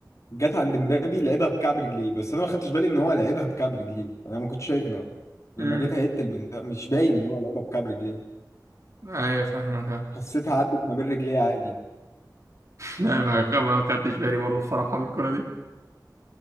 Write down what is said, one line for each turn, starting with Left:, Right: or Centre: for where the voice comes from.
Left: جت عند مبابي لعبها بكعب رجليه بس انا ما خدتش بالي ان هو لعبها بكعب رجليه انا ما كنتش شايف ان لما
Right: أمم.
Left: جيت هيت البتاع مش باين ان هو لعبها بكعب رجليه
Right: أيوه فاهمك <laughs> أه.
Left: حسيتها عدت ما بين رجليه عادي
Right: لا ما ما خدتش بالي برضو الصراحة من الكورة دي